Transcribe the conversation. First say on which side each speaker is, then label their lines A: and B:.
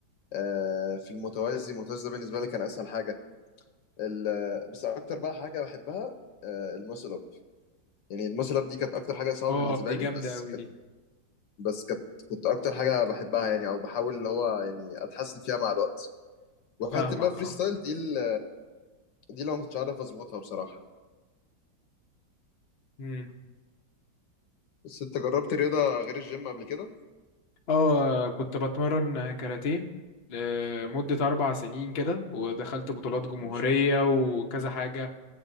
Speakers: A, on the left; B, on the left.
A: آه، في المتوازي المتوازي ده بالنسبه لي كان اسهل حاجه ال- بس اكتر بقى حاجه بحبها آه، الماسل اب يعني الماسل اب دي كانت اكتر حاجه صعبه
B: اه
A: بالنسبه
B: دي
A: لي
B: جامده
A: بس
B: قوي دي
A: بس كانت كنت اكتر حاجه بحبها يعني او بحاول اللي هو يعني اتحسن فيها مع الوقت وحته
B: فاهمك
A: بقى فري ستايل دي ال... دي اللي أنا ما كنتش عارف اظبطها بصراحه
B: اه
A: بس انت جربت رياضه غير الجيم قبل كده
B: اه كنت بتمرن كاراتيه لمدة أربع سنين كده ودخلت بطولات جمهورية
A: ماشي
B: وكذا حاجة